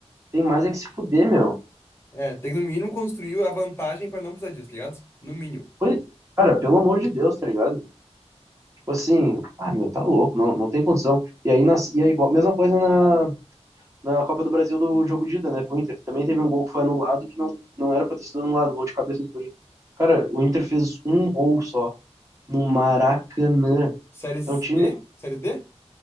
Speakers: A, on the right; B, on the left.
A: tem mais é que se fuder, meu.
B: É, tem que no mínimo construir a vantagem pra não precisar disso, tá ligado? No mínimo.
A: Foi, cara, pelo amor de Deus, tá ligado? Tipo assim, ah, meu, tá louco, não, não tem condição. E aí, nas, e aí igual, mesma coisa na, na Copa do Brasil do jogo de ida, né, com o Inter. Também teve um gol que foi anulado que não, não era pra ter sido anulado, gol de cabeça do Guri. Cara, o Inter fez um gol só no Maracanã.
B: Série
A: É um time,
B: D? Série D?